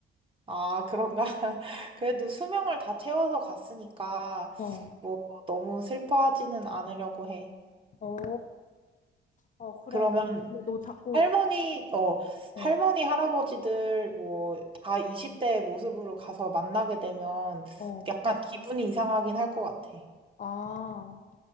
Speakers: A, on the right (about 25°); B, on the left (about 40°).
A: 아, 그런가? <laughs> 그래도 수명을 다 채워서 갔으니까,
B: 어,
A: 뭐, 너무 슬퍼하지는 않으려고 해.
B: 어, 어, 그래.
A: 그러면
B: 근데 너 자꾸,
A: 할머니, 어,
B: 어,
A: 할머니, 할아버지들, 뭐, 다 20대의 모습으로 가서 만나게 되면
B: 어,
A: 약간 기분이 이상하긴 할 것 같아.
B: 아,